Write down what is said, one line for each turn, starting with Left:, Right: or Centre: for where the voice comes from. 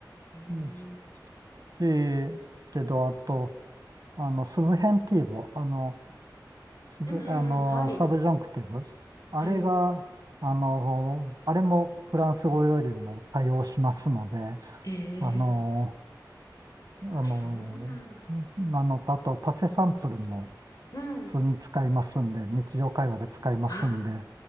Left: へえ
Right: ですし、けど、あと、あの、スブヘンティーボ、あの、スブ、
Left: うんうんうん。
Right: あの、
Left: はい。
Right: サブジャンクティブ、あれが、
Left: はい。
Right: あの、あれもフランス語よりも対応しますので、
Left: ええ
Right: あの、あの、
Left: あ、そうなんだ。
Right: なのと、あと、パセサンプルも
Left: うん。
Right: 普通に使いますんで、日常会話で使いますんで、
Left: あ、